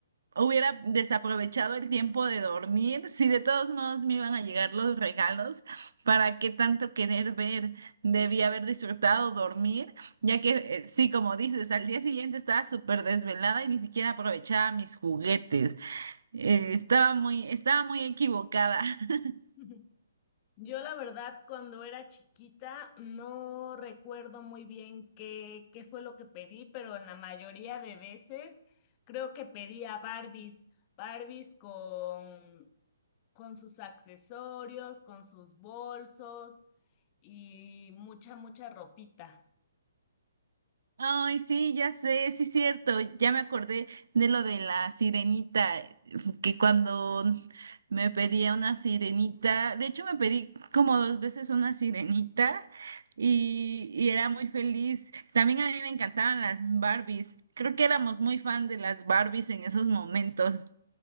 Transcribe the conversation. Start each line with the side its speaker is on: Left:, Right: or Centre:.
Right: hubiera desaprovechado el tiempo de dormir. Si de todos modos me iban a llegar los regalos, ¿para qué tanto querer ver? Debí haber disfrutado dormir, ya que eh, sí, como dices, al día siguiente estaba súper desvelada y ni siquiera aprovechaba mis juguetes. Eh, estaba muy, estaba muy equivocada. <laughs>
Left: <laughs> Yo la verdad, cuando era chiquita, no recuerdo muy bien qué, qué fue lo que pedí, pero en la mayoría de veces creo que pedía Barbies, Barbies con, con sus accesorios, con sus bolsos y mucha, mucha ropita.
Right: Ay, sí, ya sé, sí es cierto, ya me acordé de lo de la sirenita, que cuando me pedía una sirenita, de hecho me pedí como dos veces una sirenita y, y era muy feliz. También a mí me encantaban las Barbies, creo que éramos muy fan de las Barbies en esos momentos.